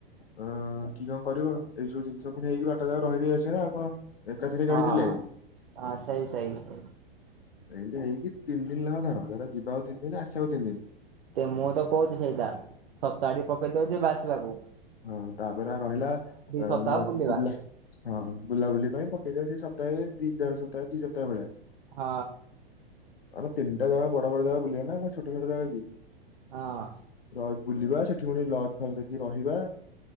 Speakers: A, on the left; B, on the right.
A: ହଁ କି କଣ କରିବ ଏଇସବୁ ଜିନିଷକୁ ନେଇକି ବାଟ ଯାକ ରହିି ରହି ଆସିବା ନା ଆଉ କଣ। ଏକାଥରେ
B: ହଁ
A: ଗାଡି ଚଲେଇବାକି।
B: ହଁ ସେଇ ସେଇ ସେଇ।
A: ଏମିତି ହେଇକି ତିନି ଦିନି ଲେଖା ଧର ଧର ଯିବାକୁ ତିନି ଦିନି ଆସିବାକୁ ତିନି ଦିନି।
B: ତ ମୁଁ ତ କହୁଛି ସେଇଟା ସପ୍ତାହ ଟେ ପକେଇ ଦିଅ ଜିବା ଆସିବାକୁ।
A: ହଁ ତାପରେ ଆ ରହିଲା
B: ସପ୍ତାହ
A: ମପୁରଲା।
B: ବୁଲିବା
A: ହଁ ବୁଲାବୁଲି ପାଇଁ ପେଇଦ ସେ ସପ୍ତାହ ଦ ଦେଢ ସପ୍ତାହ ଦି ସପ୍ହେ ଭଳିଆ।
B: ହଁ।
A: ନେ ତିନଟା ବଡ ଯା ବୁଲିବ ନା କଣଛୋଟ ଛଟ ଜାଗା କି?
B: ହଁ।
A: ରଜ ବୁଲିବା ସେଠି ପୁଣି ଲଜ ଫ ଦେଖ କି ରହିବା